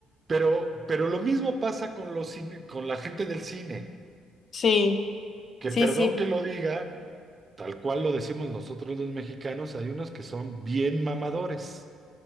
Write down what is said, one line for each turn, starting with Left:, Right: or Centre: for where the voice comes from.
Right: pero, pero lo mismo pasa con los cine- con la gente del cine.
Left: Sí,
Right: que
Left: sí,
Right: perdón
Left: sí.
Right: que lo diga, tal cual lo decimos nosotros los mexicanos, hay unos que son bien mamadores.